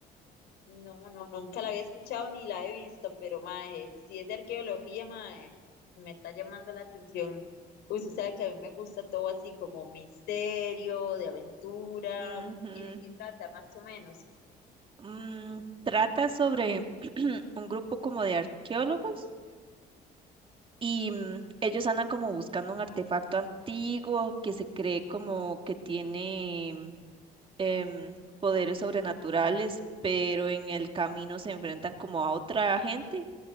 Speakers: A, on the left (about 80°); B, on the right (about 30°).
A: No, no, nunca la había escuchado ni la he visto, pero mae, si es de arqueología, mae, me está llamando la atención. Pues, Usted sabe que a mí me gusta todo así como misterio, de aventura.
B: Ujú.
A: ¿Y de qué trata, más o menos?
B: Mm, trata sobre <clears throat> un grupo como de arqueólogos y mm, ellos andan como buscando un artefacto antiguo que se cree como que tiene em, poderes sobrenaturales, pero en el camino se enfrentan como a otra gente